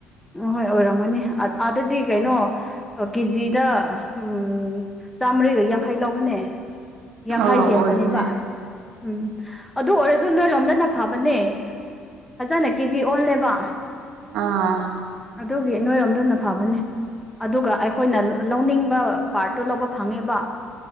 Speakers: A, in the centre; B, on the right (about 80°).
A: ꯑꯍꯣꯏ ꯑꯣꯏꯔꯝꯒꯅꯤ ꯑ ꯑꯥꯗꯗꯤ ꯀꯩꯅꯣ ꯑꯣ ꯀꯦꯖꯤꯗ ꯎꯝ ꯆꯥꯝꯃꯔꯤꯒ ꯌꯥꯡꯈꯩ ꯂꯧꯕꯅꯦ ꯌꯥꯡꯈꯩ
B: ꯑ ꯑꯣꯏꯕꯅꯦ
A: ꯍꯦꯟꯕꯅꯦꯕ ꯎꯝ ꯑꯗꯨ ꯑꯣꯏꯔꯁꯨ ꯅꯣꯏ ꯂꫭꯝꯗꯅ ꯐꯕꯅꯦ ꯐꯖꯅ ꯀꯦꯖꯤ ꯑꯣꯜꯂꯦꯕ
B: ꯑꯥ
A: ꯑꯗꯨꯒꯤ ꯅꯣꯏꯔꯣꯝꯗꯅ ꯐꯕꯅꯦ ꯑꯗꯨꯒ ꯑꯩꯈꯣꯏꯅ ꯂ ꯂꯧꯅꯤꯡꯕ ꯄꯥꯔꯠꯇꯣ ꯂꯧꯕ ꯐꯪꯉꯦꯕ